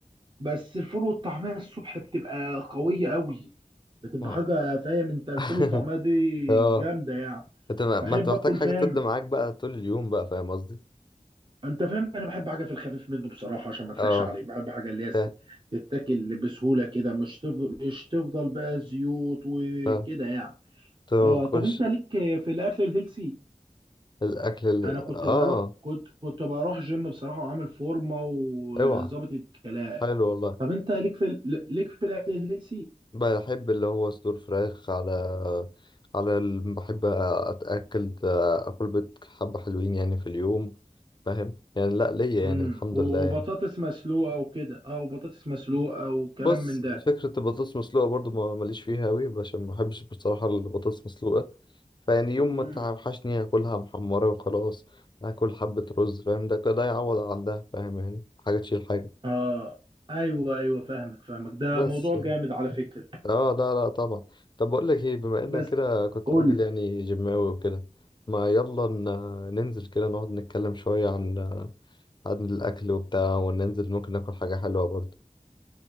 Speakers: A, on the right; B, on the left.
A: بس الفول والطعمية الصبح بتبقى قوية قوي بتبقى
B: ما-
A: حاجة فاهم انت الفول
B: <laughs>
A: والطعمية دي
B: اه
A: جامدة يعني
B: انت ما, ما
A: بحب
B: انت محتاج
A: اكل
B: حاجه
A: فاهم
B: تبدا معاك بقى طول اليوم بقى فاهم قصدي
A: انت فاهم انا بحب حاجة في الخفيف منه بصراحة عشان ما اضحكش
B: اه
A: عليك بحب حاجة اللي هي س-
B: فاهم
A: تتاكل بسهولة كده مش تفضل مش تفضل بقى زيوت وكده
B: فاهم
A: يعني
B: تخش
A: اه طب انت ليك في الاكل الهيلسي
B: الاكل اللي...
A: انا كنت
B: اه
A: بروح
B: اه،
A: كنت كنت بروح جيم بصراحة وعامل فورمة وظابط
B: اوعى
A: الكلام
B: حلو والله
A: طب انت ليك في ال- ليك في الاكل الهيلسي
B: بحب اللي هو صدور فراخ على على ال... بحب اتاكل اكل بيض حبه حلوين يعني في اليوم فاهم يعني لا ليا
A: امم
B: يعني الحمد
A: وبطاطس
B: لله يعني
A: مسلوقه وكده اه وبطاطس مسلوقه وكلام
B: بص
A: من ده
B: فكره البطاطس مسلوقه برضو ما ماليش فيها قوي عشان ما بحبش بصراحه البطاطس مسلوقه فيعني يوم
A: امم
B: ما توحشني اكلها محمره وخلاص اكل حبه رز فاهم ده كده يعوض عن ده فاهم يعني حاجه تشيل حاجه
A: اه ايوه ايوه فاهمك فاهمك ده
B: بس
A: موضوع
B: يعني.
A: جامد على فكره
B: اه لا لا طبعا طب بقول لك ايه بما انك
A: بس
B: كده كنت
A: قول
B: راجل يعني جيماوي وكده ما يلا ن- ننزل كده نقعد نتكلم شوية عن عن الأكل وبتاع وننزل ممكن ناكل حاجة حلوة برضه